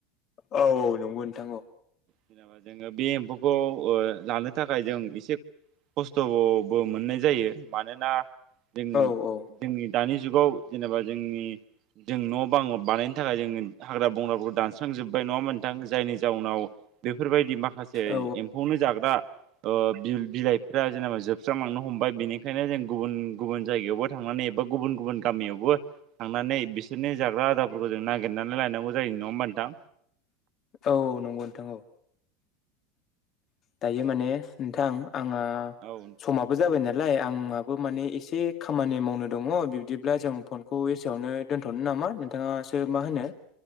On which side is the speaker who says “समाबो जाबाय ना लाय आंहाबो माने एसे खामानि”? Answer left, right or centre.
Left